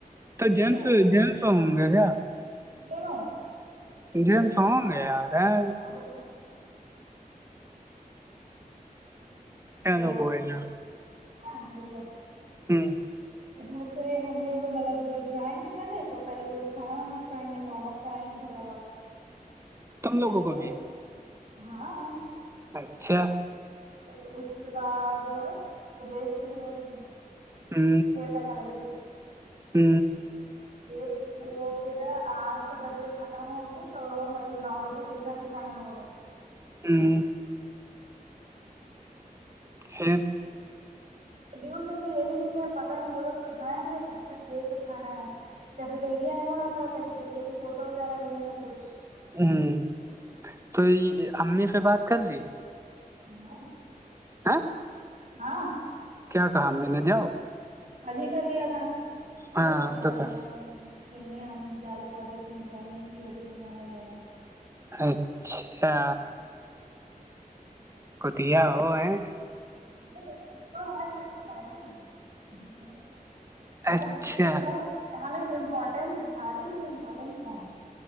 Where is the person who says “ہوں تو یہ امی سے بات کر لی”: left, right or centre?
Right